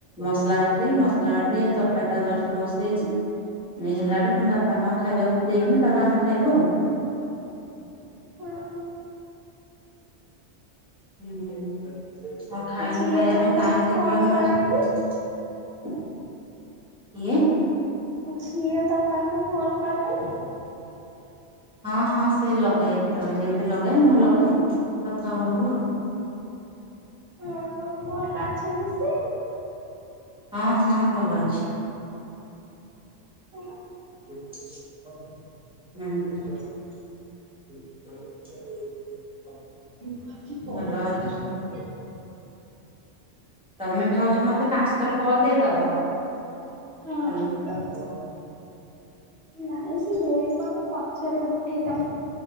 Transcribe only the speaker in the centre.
ମସଲା ବାଟି ମସଲା ଟା ପ୍ଲେନ ତରକାରୀ ଟା ଜଷ୍ଟ ବସେଇଛି ହେଲାଠୁ ପୁଣି ବାପା ବାପାଙ୍କୁ ଖାଇବାକୁ ଦେଇକିନା ତାପରେ ଆମେ ଖାଇବୁ ଆଉ।
ହୁଁ ଆଉ ଖାଇନି
ଖାଇବା
ପାଇଁ
ଟାଇମ କେତେବେଳେ
ମିଳୁଛି।
କିଏ?
ହଁ ହଁ ସେ ଲଗାଏ କେତେବେଳେ କେମିତି ଲଗାଏ ମୁଁ ଲଗାଏ କଥା ହଉ ଆଉ।
ହଁ ହଁ ଭଲ ଅଛି।
ହୁଁ।
<unintelligible>
ଭଲ ଅଛି
ତମେ ଭାଉଜ ମତେ ପାଞ୍ଚ ଥର କଲ ଦେଇଦବ।
ହ୍ୟାଲୋ। ମୁଁ